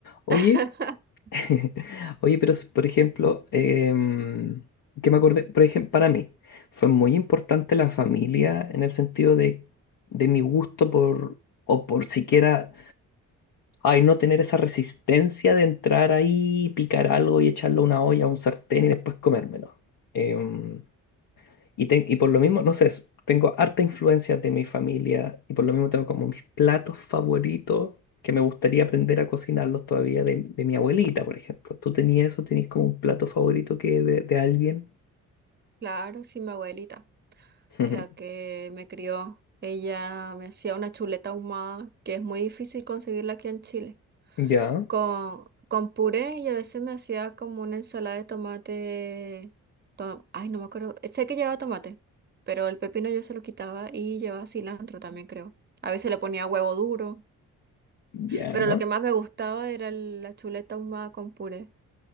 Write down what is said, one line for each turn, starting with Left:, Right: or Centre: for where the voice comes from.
Left: Oye,
Right: <laughs>
Left: <laughs> oye, pero s- por ejemplo, em, que me acordé, por ejemplo, para mí fue muy importante la familia en el sentido de, de mi gusto por, o por siquiera Ay, no tener esa resistencia de entrar ahí, picar algo y echarlo a una olla, a un sartén y después comérmelo. Em, y, ten- y por lo mismo, no sé, s- tengo harta influencia de mi familia y por lo mismo tengo como mis platos favoritos que me gustaría aprender a cocinarlos todavía de, de mi abuelita, por ejemplo. ¿Tú tenías eso? ¿Tenías como un plato favorito que de, de alguien?
Right: Claro, sí, mi abuelita,
Left: <laughs> Ujú.
Right: la que me crió, ella me hacía una chuleta ahumada, que es muy difícil conseguirla aquí en Chile.
Left: Ya,
Right: con, con puré y a veces me hacía como una ensalada de tomate. to- Ay, no me acuerdo. Sé que llevaba tomate, pero el pepino yo se lo quitaba y llevaba cilantro también, creo. A veces le ponía huevo duro,
Left: ya,
Right: pero lo que más me gustaba era el- la chuleta ahumada con puré.